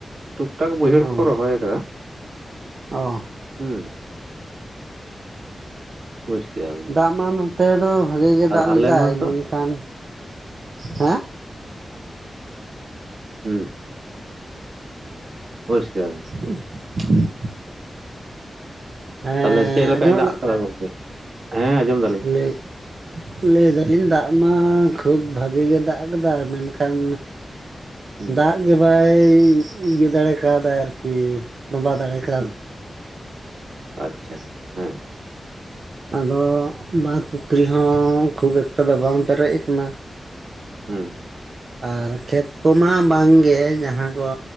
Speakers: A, on the right; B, on the right.
A: ᱴᱩᱠ ᱴᱟᱠ ᱵᱟᱹᱭᱦᱟᱹᱲ ᱠᱚᱠᱚ
B: ᱚ
A: ᱨᱚᱦᱚᱭ ᱟᱠᱟᱫᱟ
B: ᱚ
A: ᱦᱩᱸ ᱾ ᱵᱩᱡ ᱠᱮᱫᱟᱵᱤᱱ ᱾
B: ᱫᱟᱜ ᱢᱟ ᱱᱚᱛᱮ ᱫᱚ ᱵᱷᱟᱜᱤ ᱜᱮ ᱫᱟᱜ
A: ᱟᱞᱮ
B: ᱞᱮᱫᱟᱭ
A: ᱢᱟᱛᱚ
B: ᱢᱮᱱᱠᱷᱟᱱ ᱦᱮᱸ
A: ᱦᱩᱸ ᱵᱩᱡ ᱠᱮᱫᱟᱵᱤᱱ ᱾
B: <unintelligible> ᱦᱮᱸ
A: ᱛᱟᱦᱚᱞᱮ ᱪᱮᱫ ᱞᱮᱠᱟᱭ
B: ᱟᱸᱡᱚᱢᱚᱜ
A: ᱫᱟᱜ ᱟᱠᱟᱫᱟ ᱜᱚᱝᱠᱮ? ᱦᱮᱸ ᱟᱸᱡᱚᱢ ᱫᱟ
B: <unintelligible> ᱞᱟᱹᱭᱫᱟᱞᱤᱧ ᱫᱟᱜ ᱢᱟ ᱠᱷᱩᱵ ᱵᱷᱟᱜᱤ ᱜᱮ ᱫᱟᱜ ᱠᱟᱫᱟ ᱢᱮᱱᱠᱷᱟᱱᱼᱼ
A: ᱦᱩᱸ
B: ᱫᱟᱜ ᱜᱮ ᱵᱟᱭ ᱤᱭᱟᱹ ᱫᱟᱲᱮ ᱠᱟᱣᱫᱟᱭ ᱟᱨᱠᱤ ᱛᱚᱵᱟ ᱫᱟᱲᱮ ᱠᱟᱣ
A: ᱦᱩᱸ ᱟᱪᱪᱷᱟ ᱦᱮᱸ
B: ᱟᱫᱚ ᱵᱟᱸᱫᱽ ᱯᱩᱠᱷᱨᱤ ᱦᱚᱸ ᱠᱷᱩᱵ ᱮᱠᱴᱟ ᱫᱚ ᱵᱟᱝ ᱯᱮᱨᱮᱡ ᱠᱟᱱᱟ ᱾
A: ᱦᱩᱸ
B: ᱟᱨ ᱠᱷᱮᱛ ᱠᱚᱢᱟ ᱵᱟᱝᱜᱮ ᱡᱟᱦᱟᱸ ᱠᱚ